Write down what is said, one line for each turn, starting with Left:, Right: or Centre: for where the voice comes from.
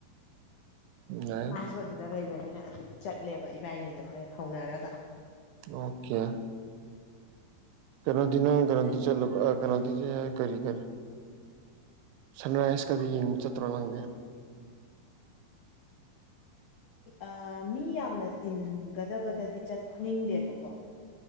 Right: ꯌꯥꯏ
Left: ꯄꯄꯣꯗꯨꯗ ꯂꯩꯕꯅꯤꯅ ꯑꯗꯨ ꯆꯠꯂꯦꯕ ꯏꯕꯥꯏꯅꯤꯗꯣ ꯍꯣꯏ ꯍꯧꯅꯔꯒ
Right: ꯑꯣꯀꯦ ꯀꯣꯗꯤꯅ ꯀ꯭ꯔꯗꯤ ꯆꯂ ꯀ꯭ꯔꯣꯗꯤ ꯆ ꯀꯔꯤ ꯀꯔꯦ ꯁꯟꯔꯥꯏꯁꯀꯗꯤ ꯌꯦꯡꯕ ꯆꯠꯇ꯭ꯔꯣ ꯅꯪꯗꯦ
Left: ꯑ ꯃꯤ ꯌꯥꯝꯅ ꯇꯤꯟꯒꯗꯕꯗꯗꯤ ꯆꯠꯅꯤꯡꯗꯦꯕꯀꯣ